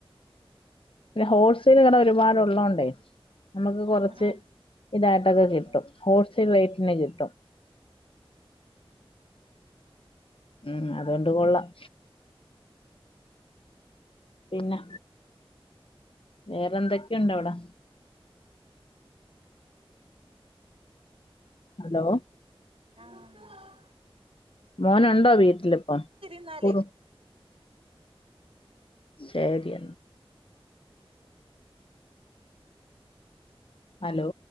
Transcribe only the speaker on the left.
പിന്നെ ഹോൾസെയിൽ കട ഒരുപാടുള്ളോണ്ടേ നമ്മുക്ക് കുറച്ച്.
ഇതായിട്ടൊക്കെ
കിട്ടും ഹോൾ സെയിൽ റേറ്റിന് കിട്ടും. മ് അതുകൊണ്ട് കൊള്ളാം. പിന്നെ വേറെന്തൊക്കെയുണ്ട അവിടെ? ഹലോ.
മോനുണ്ടോ വീട്ടിലിപ്പം?
കുറു ശെരിയെന്ന ഹലോ.